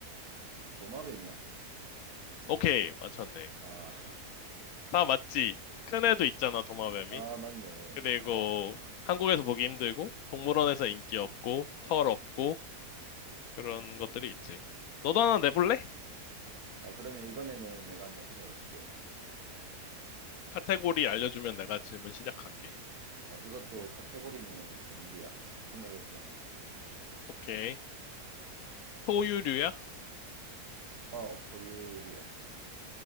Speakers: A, on the right; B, on the left.
A: 도마뱀이야?
B: 오케이, 맞췄네.
A: 아,
B: 다 맞지? 큰 애도 있잖아, 도마뱀이.
A: <laughs> 아, 맞네.
B: 그리고
A: 아, 아,
B: 한국에서 보기 힘들고, 동물원에서
A: 맞아, 맞아.
B: 인기 없고,
A: 어,
B: 털 없고,
A: 어.
B: 그런 것들이 있지. 너도 하나
A: 어,
B: 내볼래?
A: 어, 그러면 이번에는 내가 한번 생각해 볼게.
B: 카테고리 알려주면 내가 질문 시작할게.
A: 어, 이것도 카테고리는 동물이야. 생각했어.
B: 오케이. 포유류야?
A: 어, 포유류야.